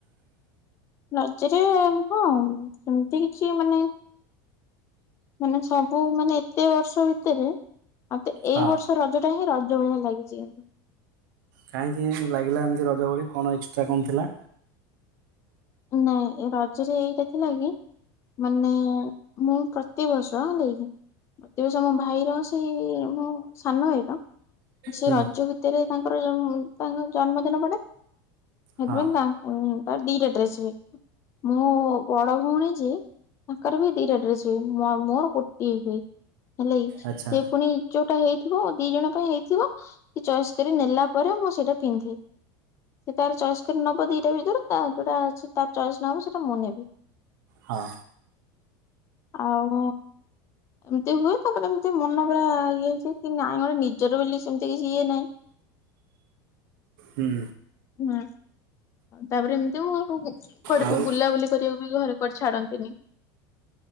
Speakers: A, on the left; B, on the right.
A: ରଜରେ ହଁ ସେମିତି କିଛି ମାନେ ମାନେ ସବୁ ମାନେ ଏତେ ବର୍ଷ ଭିତେରେ ଆତେ
B: ହଁ।
A: ଏଇ ବର୍ଷ ରଜ ଟା ହିଁ ରଜ ଭଳିଆ ଲାଗିଛି।
B: କାହିଁକି ଲାଗିଲା ଏମିତି ରଜଭଳି କଣ ଏକ୍ସଟ୍ରା କଣ ଥିଲା?
A: ନାଇଁ ଏ ରଜରେ ଏଇଟା ଥିଲା କି, ମାନେ ମୁଁ ପ୍ର ତିବର୍ଷ ହେଲାକି ପ୍ରତିବର୍ଷ ମୋ ଭାଇର ସେଇ ମୋ ସାନ ଭାଇର ସେ
B: ହୁଁ
A: ରଜ ଭିତେରେ ତାଙ୍କର ଜମ ତାଙ୍କର ଜନ୍ମଦିନ ପଡେ, ହେଥିପାଇଁ
B: ହଁ
A: ତାଙ୍କ ଉଁ ତାର ଦିଟା ଡ୍ରେସ ହୁଏ। ମୋ ବଡ ଭଉଣୀ ଯିଏ ତାଙ୍କର ବି ଦିଟା ଡ୍ରେସ ହୁଏ। ମ ମୋର ଗୋଟିଏ ହୁଏ ହେଲାକି
B: ଆଚ୍ଛା
A: ସିଏ ପୁଣି ଯୋଉଟା ହେଇଥିବ ଦି ଜଣ ପାଇଁ ହେଇଥିବ କି ଚଏସ୍ କରି ନେଲା ପରେ ମୁଁ ସେଇଟା ପିନ୍ଧେ। ସେ ତାର ଚଏସ୍ କରି ନବ ଦିଟା ଭିତରୁ ତା ଯୋଉଟା ତାର ଚଏସ୍ ନହବ ସେଇଟା ମୁଁ ନେବି।
B: ହଁ
A: ଆଉ ଏମିତି ହୁଏ ତାପରେ ଏମିତି ମନ ପୁରା ଇଏ ହେଇଯାଏ କି ନାଇଁ ଗୋଟେ ନିଜର ବେଲି ସେମିତି କିଛି ଇଏ ନାଇଁ।
B: ହୁଁ
A: ହୁଁ ତାପରେ ଏମିତି ମୁଁ କୁ କୁଆଡେ
B: ଆଉ
A: ବି ବୁଲାବୁଲି କରିଆକୁ ବି ଘରେ କୁଆଡେ ଛାଡନ୍ତିନି,